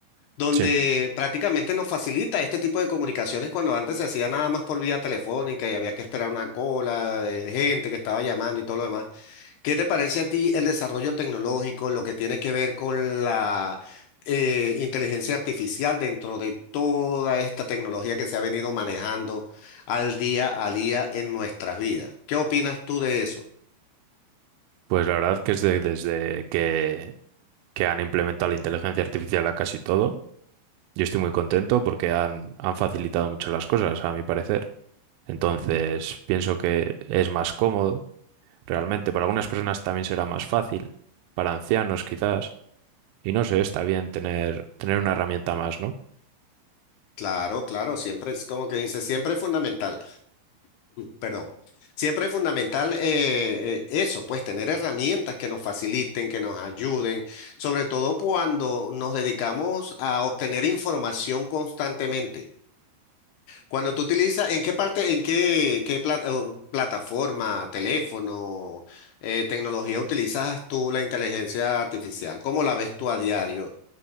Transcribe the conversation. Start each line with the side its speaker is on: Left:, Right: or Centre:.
Left: donde
Right: Sí,
Left: prácticamente nos facilita este tipo de comunicaciones cuando antes se hacía nada más por vía telefónica y había que esperar una cola de gente que estaba llamando y todo lo demás. ¿Qué te parece a ti el desarrollo tecnológico, lo que tiene que ver con la eh, inteligencia artificial dentro de toda esta tecnología que se ha venido manejando al día a día en nuestras vidas? ¿Qué opinas tú de eso?
Right: pues la verdad que es de- desde que, que han implementado la inteligencia artificial a casi todo, yo estoy muy contento porque han, han facilitado mucho las cosas, a mi parecer. Entonces, pienso que es más cómodo, realmente. Para algunas personas también será más fácil, para ancianos quizás. Y no sé, está bien tener, tener una herramienta más, ¿no?
Left: Claro, claro, siempre es como que dice, siempre es fundamental, perdón, siempre es fundamental eh, eh, eso, pues tener herramientas que nos faciliten, que nos ayuden, sobre todo cuando nos dedicamos a obtener información constantemente. Cuando tú utilizas, ¿en qué parte, en qué, qué pla- o plataforma, teléfono, eh, tecnología utilizas tú la inteligencia artificial? ¿Cómo la ves tú a diario?